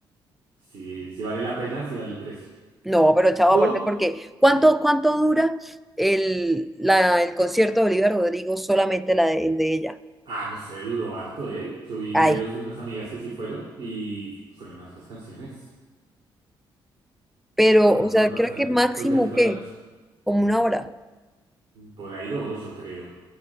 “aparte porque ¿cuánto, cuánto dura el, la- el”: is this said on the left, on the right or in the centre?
Centre